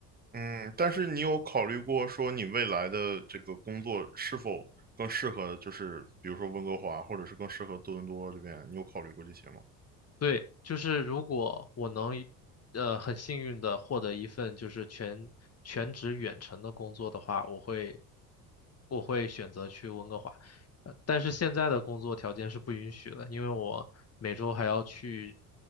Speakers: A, on the right; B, on the left.
A: 嗯，但是你有考虑过说你未来的这个工作是否更适合，就是比如说温哥华，或者是更适合多伦多这边，你有考虑过这些吗？
B: 对，就是如果我能，呃，很幸运的获得一份就是全全职远程的工作的话，我会我会选择去温哥华，呃，但是现在的工作条件是不允许的，因为我每周还要去